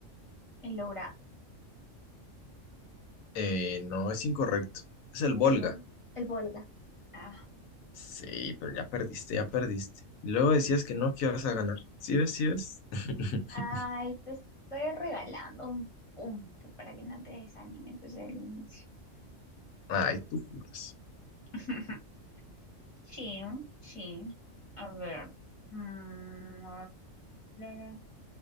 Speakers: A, on the left (about 30°); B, on the left (about 85°).
A: El logrado,
B: Eh, no, es incorrecto. Es el Volga.
A: el, Vol- el Volga. Ah,
B: Sí, pero ya perdiste, ya perdiste. Y Luego decías que no, que ibas a ganar. ¿Sí ves, sí ves? <laughs>
A: ay, te estoy regalando un punto para que no te desanimes desde el inicio.
B: Ay, tú juras.
A: <laughs> Sí, sí. A ver. Mm, <laughs>